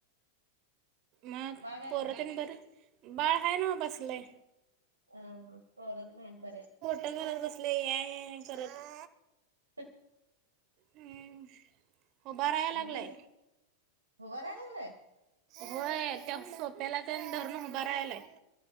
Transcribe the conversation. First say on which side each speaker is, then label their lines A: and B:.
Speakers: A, on the right; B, on the right.
A: मग
B: बाळ काय
A: पोरतेन
B: करायलय
A: बरं, बाळ हाय नव बसलय.
B: हा - हा पोर तेन हायत बरीयत.
A: पट्या घालात बसलय, या-या करत.
B: ह.
A: हम्म उभा राहायला
B: अग
A: लागलाय
B: भिज, उभारायला लागलय.
A: होय त्या सोप्याला तेन धरून उभा राहायलाय.